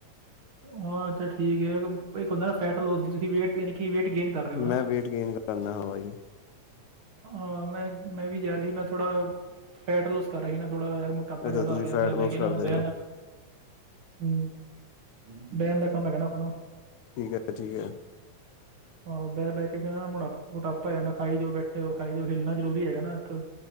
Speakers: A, on the right (about 55°); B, on the left (about 80°).
A: ਹਾਂ, ਏ ਤੇ ਠੀਕ ਏ ਇੱਕ ਏਕ ਹੌਂਦਾ ਨਾ ਫੈਟ ਲੋਸ ਦੀ ਤੁਸੀਂ ਵੇਟ ਯਾਨੀ ਕਿ ਵੇਟ ਗੇਨ ਕਰ ਰੇ ਓ ਨਾ।
B: ਮੈਂ ਵੇਟ ਗੇਨ ਕਰਨਾ ਹਾਂ ਬਾਈ
A: ਹਾਂ ਮੈਂ ਮੈਂ ਵੀ ਜਾ ਰੀ ਮੈਂ ਥੋੜਾ ਫੈਟ ਲੋਸ ਕਰ ਰੀ ਨਾ ਥੋੜਾ ਯਾਰ ਟਾਪਾ
B: ਅੱਛਾ
A: ਜ਼ਿਆਦਾ
B: ਤੁਸੀਂ
A: ਹੋ ਗਿਆ
B: ਫੈਟ
A: ਬਹਿ ਬਹਿ
B: ਲੋਸ
A: ਕੇ
B: ਕਰਦੇ
A: ਨਾ ਬੈਆਂ
B: ਪਏ ਓ
A: ਤਕ। ਹੂੰ, ਬੈਣ ਦਾ ਕੰਮ ਹੇਗਾ ਨਾ ਆਪਣਾ।
B: ਠੀਕ ਐ ਤੇ ਠੀਕ ਐ।
A: ਆਹੋ ਬਹਿ ਬਹਿ ਕੇ ਵੀ ਨਾ ਮੋਟ--ਮੋਟਾਪਾ ਜਾਦਾ ਖਾਈ ਜਾਓ ਬੈਠੇ ਰੋ ਖਾਈ ਜਾਓ ਹਿਲਣਾ ਜ਼ਰੂਰੀ ਹੈਗਾ ਨਾ ਅੱਜਕੱਲ੍ਹ।